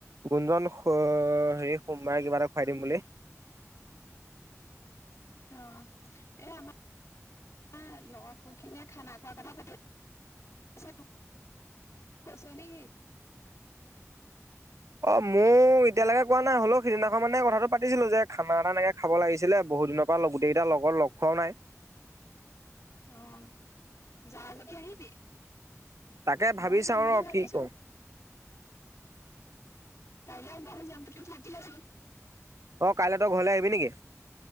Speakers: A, on the right; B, on the left.
A: গোঞজন হেৰি সোমবাৰে কিবা এটা খুৱাই দিম বুলি।
B: অ' এ আমাৰ লগৰ খিনিয় খানা খোৱাৰ কথা চ নেকি?
A: অ' মোক এতিয়ালৈকে কোৱা নাই হ'লেও সিদিনাখন মানে কথাটো পাতিছিলো যে খানা এা এনেকে খাব লাগিছিলে বহুত দিনৰ পৰা গোটেইকেইটা লগত লগ খুৱও নাই,
B: অ' যা যদি আহিবি
A: তাকে ভাবি
B: ময়ও যাম
A: চাওঁ
B: বুলি
A: ৰ
B: ভাবিছো।
A: কি কওঁ
B: কাইলে ব যাম্পতি থাক আছো।
A: অ' কাইলৈ তই ঘৰলে আহিবি নেকি?